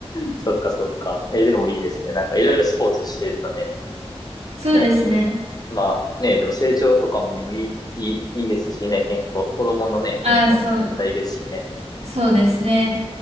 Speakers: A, on the left; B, on the right.
A: そっかそっか。えー、でもいいですね。なんかいろいろスポーツしているとね、
B: そうですね。
A: ね、健、まあね、でも成長とかもにもいい、いい、いいですしね、健康、子供のね、
B: ああ、
A: 健康にも絶対いいですしね。
B: そう、そうですね。